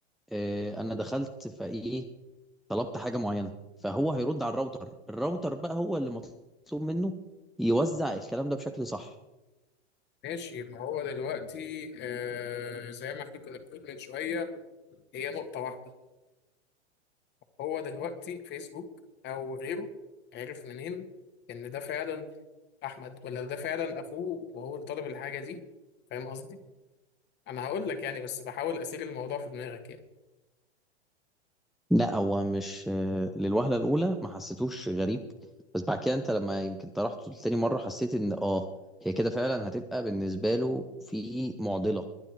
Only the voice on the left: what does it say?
ماشي ما هو دلوقتي آه زي ما احنا كنا بنقول من شوية هي نقطة واحدة هو دلوقتي فيسبوك أو غيره عرف منين إن ده فعلا أحمد ولا ده فعلا أخوه وهو اللي طلب الحاجة دي فاهم قصدي؟ أنا هقول لك يعني بس بحاول أسير الموضوع في دماغك يعني